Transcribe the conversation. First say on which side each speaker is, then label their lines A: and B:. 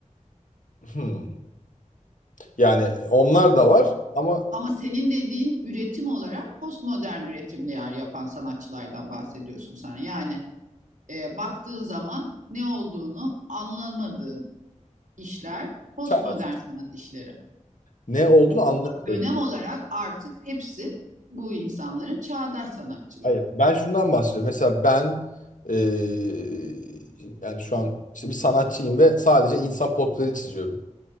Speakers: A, on the left; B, on the right.
A: Hmm. Yani onlar da var ama
B: Ama senin dediğin üretim olarak postmodern üretimler yapan sanatçılardan bahsediyorsun sen. Yani e, baktığın zaman ne olduğunu anlamadığın işler postmodern
A: çağlar.
B: sanat işleri.
A: ne olduğunu anlamadım.
B: Dönem olarak artık hepsi bu insanların çağdaş sanatçılar.
A: Hayır. Ben şundan bahsediyorum. Mesela ben eee, yani şu an işte bir sanatçıyım ve sadece insan portreleri çiziyorum.